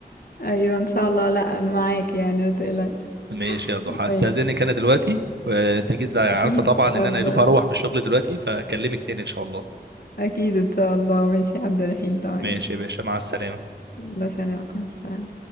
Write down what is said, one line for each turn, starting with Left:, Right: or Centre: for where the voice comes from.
Left: ايوه ان شاء الله لا انا معاك يعني ما تقلقش
Right: ماشي يا ضحى استأذنك
Left: ماشي
Right: أنا دلوقتي وأنت جيت بقى
Left: اكيد
Right: عارفة طبعا
Left: اتفضل
Right: إن أنا يا دوب هروح من الشغل دلوقتي فأكلمك تاني إن شاء الله
Left: اكيد ان شاء الله ماشي يا عبد الرحيم تمام
Right: ماشي يا باشا مع السلامة
Left: الله يسلمك مع السلامة